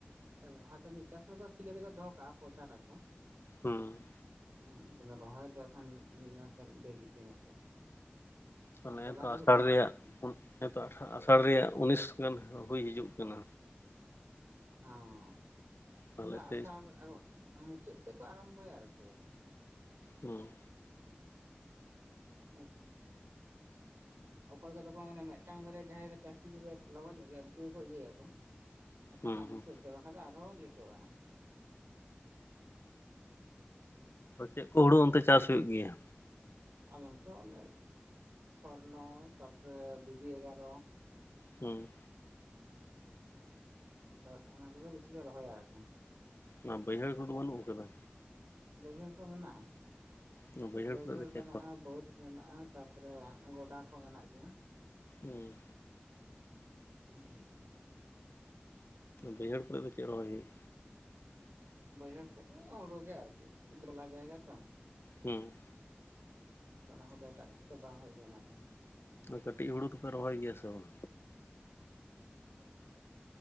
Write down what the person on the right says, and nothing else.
ᱮ ᱦᱚᱭᱛᱚ ᱢᱤᱫ ᱪᱟᱥ ᱠᱟᱛᱮ ᱫᱚ ᱥᱤ ᱠᱟᱛᱮ ᱠᱚ ᱫᱚᱦᱚ ᱠᱟᱜᱼᱟ ᱯᱚᱸᱪᱟᱱ ᱟᱠᱚ᱾
ᱦᱮᱸ ᱛᱟᱦᱚᱞᱮ ᱨᱚᱦᱚᱭ ᱫᱚ ᱦᱟᱸᱜ ᱠᱷᱟᱱ ᱢᱤᱫ ᱢᱟᱥ ᱜᱟᱱ ᱰᱮᱨᱤᱜ ᱜᱮᱭᱟ ᱱᱟᱜ ᱠᱷᱟᱡ᱾
ᱛᱚᱞᱟ
ᱜᱮ
ᱦᱩᱰᱤᱧ
ᱜᱮᱭᱟ ᱟᱨᱠᱤ᱾
ᱦᱚᱸᱻ
ᱚᱱᱟ ᱫᱚ
ᱟᱥᱟᱲ ᱢᱩᱪᱟᱹᱫ ᱥᱮᱫ ᱫᱚ ᱟᱨᱟᱢᱵᱚᱭᱟ ᱟᱨᱠᱤ᱾
ᱮᱫ ᱚᱠᱚᱭ ᱠᱚᱫᱚ ᱠᱚ ᱢᱮᱱᱟ ᱢᱮᱫ ᱢᱮᱫᱴᱟᱝ ᱵᱟᱨᱭᱟ ᱡᱟᱦᱟᱸᱭ ᱠᱚ ᱪᱟᱹᱥᱤ ᱠᱚᱠᱚ ᱞᱚᱜᱚᱱ ᱧᱚᱜ ᱜᱮᱭᱟ, ᱩᱱᱠᱩ ᱜᱮᱠᱚ ᱤᱭᱟᱹᱭᱟᱠᱚ ᱟᱥᱟᱲ
ᱨᱮᱱᱟᱜ ᱢᱩᱪᱟᱹᱫ
ᱛᱮ ᱵᱟᱠᱷᱟᱱ ᱫᱚ ᱟᱨᱦᱚᱸ ᱞᱮᱴᱚᱜᱼᱟ᱾
ᱟᱞᱮ ᱦᱚᱸ ᱛᱚ ᱚᱱ ᱥᱚᱨᱱᱟ ᱛᱟᱯᱚᱨᱮ ᱫᱤᱵᱤ ᱮᱜᱟᱨ
ᱦᱮᱸ ᱚᱱᱟ ᱠᱚᱜᱮ ᱵᱤᱥᱤ ᱫᱚ ᱨᱚᱦᱚᱭᱟ ᱟᱨᱠᱤ ᱾
ᱵᱟᱹᱭᱦᱟᱹᱲ ᱠᱚ ᱢᱮᱱᱟᱜᱼᱟ,
ᱵᱟᱹᱭᱦᱟᱹᱲ
ᱢᱮᱱᱟᱜᱼᱟ ᱵᱟᱹᱫᱽ ᱢᱮᱱᱟᱜᱼᱟ ᱛᱟᱯᱚᱨᱮ ᱜᱟᱰᱟ ᱠᱚ ᱢᱮᱱᱟᱜ ᱜᱮᱭᱟ ᱾
<unintelligible>
ᱵᱟᱹᱭᱦᱟᱹᱲ ᱠᱚ ᱦᱩᱲᱩ ᱜᱮ ᱟᱨ ᱪᱮᱫ ᱡᱷᱚᱞᱟ ᱡᱟᱭᱜᱟ ᱛᱚ
ᱚᱱᱟ ᱠᱚᱫᱚ ᱮᱴᱟᱜ ᱠᱤᱪᱷᱩ ᱫᱚ ᱵᱟᱝ ᱦᱩᱭᱩᱜ ᱠᱟᱱᱟ ᱛᱚ ᱾
ᱟᱨ